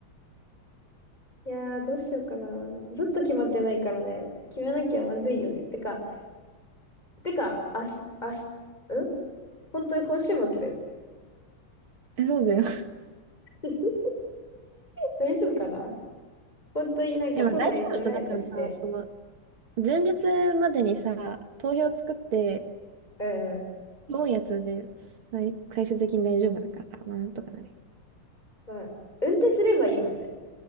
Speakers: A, on the left; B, on the right.
A: いやー、どうしようかな。ずっと決まってないからね。決めなきゃまずいよね。てか、てか、あし、あし、ん本当に今週末だよ。
B: え、そうだよ。<laughs>
A: <laughs> 大丈夫かな本当になんか都内ドライブして、
B: でも大丈夫人だからさ、その、前日までにさ、投票作って、
A: うん。
B: 多いやつで最、最終的に大丈夫だから、まあなんとかなるよ。
A: まあ、運転すればいいもんね。